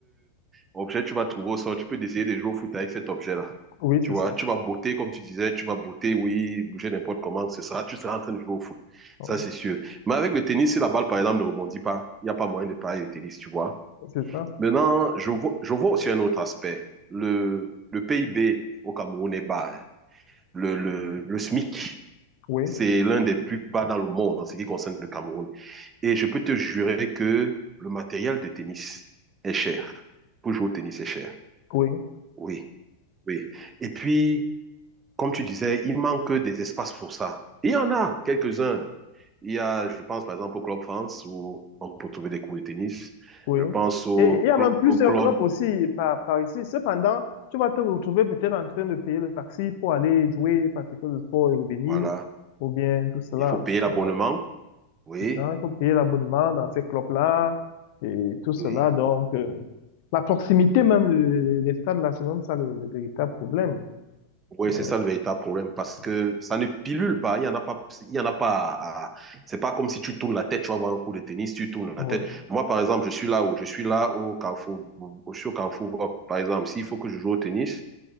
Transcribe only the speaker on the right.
Objet, tu vas trouver au sol, tu peux essayer de jouer au foot avec cet objet-là.
Tu
vois,
tu vas botter, comme tu disais, tu vas botter, oui, bouger n'importe comment, ce sera, tu seras en train de jouer au foot.
Ça, c'est sûr. Mais avec le tennis, si la balle, par exemple, ne rebondit pas, il n'y a pas moyen de parler de tennis, tu vois.
Maintenant, je vois, je vois aussi un autre aspect. Le, le PIB au Cameroun est bas. hein. Le, le, le SMIC,
c'est l'un des plus bas dans le monde en ce qui concerne le Cameroun. Et je peux te jurer que le matériel de tennis est cher. Pour jouer au tennis, c'est cher.
Oui. Oui. Et puis, comme tu disais, il manque des espaces pour ça. Il y en a quelques-uns. Il y a, je pense par exemple au Club France où on peut trouver des cours de tennis.
Je pense au,
cl-
au club.
Voilà.
Il faut payer l'abonnement.
Oui.
Oui.
Oui, c'est
ça le véritable problème parce
que ça ne pilule pas. Il y en a pas. Il y en a pas. à- à- C'est pas comme si tu tournes la tête, tu vas voir un cours de tennis, tu tournes la
tête. Moi, par exemple, je suis là où je suis là au Carrefour. Je suis au Carrefour. Par exemple, s'il faut que je joue au tennis,